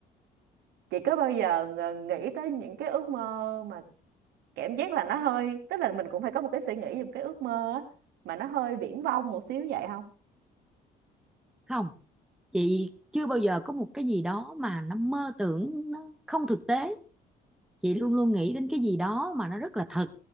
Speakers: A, on the right; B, in the centre.
A: <laughs> chị có bao giờ ng- nghĩ tới những cái ước mơ mà cảm giác là nó hơi tức là mình cũng phải có một cái suy nghĩ một cái ước mơ á, mà nó hơi viển vông một xíu vậy không
B: không chị chưa bao giờ có một cái gì đó mà nó mơ tưởng nó không thực tế chị luôn luôn nghĩ đến cái gì đó mà nó rất là thật